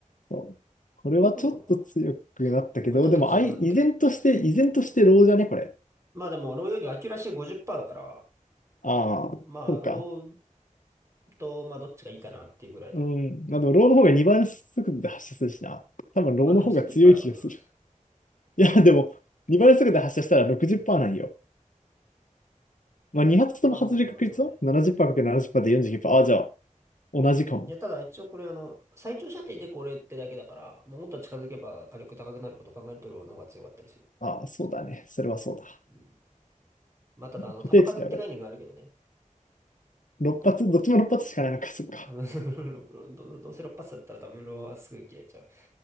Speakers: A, on the left; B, on the right.
A: そうこれはちょっと強くなったけど、
B: マロン。まあ、ちょっと強くなったけど。
A: でも、あい、依然として、依然としてローじゃね、これ。
B: まあでも、ローよりアキュラシー50%だから、
A: ああ、
B: まあ、
A: そうか。
B: ローと、まあ、どっちがいいかなっていうぐらいだね。
A: うん。まあ、でもローの方が2倍の速度で発射するしな。多分ローの方が強い気がする。
B: まあでも30%だからな。
A: いや、でも、2倍速度で発射したら60%なんよ。まあ、2発とも外れる確率は
B: まあまあまあ、そうね。
A: 70%×70% で49%。ああ、じゃあ、同じかも。
B: いや、ただ一応これあの、最長射程でこれってだけだから、もうもっと近づけば火力高くなることを考えるとローの方が強かったりする。
A: ああ、そうだね。それはそうだ。
B: うん。まあただあの、
A: 固定値で上がる。
B: 弾数って概念があるけどね。
A: 6発、どっちも6発しかないのか、そっか。
B: 多分 <laughs> どうどうせ6発だったら多分ローはすぐ消えちゃう。